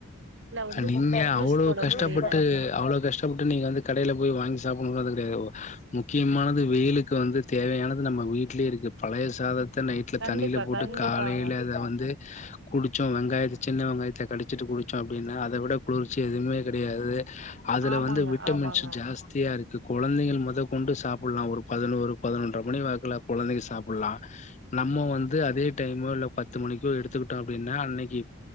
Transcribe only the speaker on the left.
நீங்க
அவ்ளோ
கஷ்டப்பட்டு
அவ்ளோ கஷ்டப்பட்டு நீங்க வந்து கடையில போய் வாங்கி சாப்ணு அது கெடையாது முக்கியமானது வெயிலுக்கு வந்து தேவையானது நம்ம வீட்லே இருக்கு பழைய சாதத் த நைட்ல
தண்ணியில போட்டு
காலையில வந்து அத வந்து குடிச்சோ வெங்காயத் சின்ன வெங்காயத்த கடிச்சிட்டு குடிச்சோ அப்டின்னா அத விட குளிர்ச்சி எதுவுமே கெடையாது அதுல
வந்து விட்டமின்ஸ்
ஜாஸ் த்தியா இருக்கு குழந்தைங்க மொதகொண்டு சாப்புலா ஒரு பதினோரு பதினொன்றர மணி வாக்குல கொழந்தைங்க சாப்புல்லா நம்ம வந்து அதே டைமோ இல்ல பத்து மணிக்கோ எடுத்துக்கிட்டோ அப்டின்னா அன்னைக்கி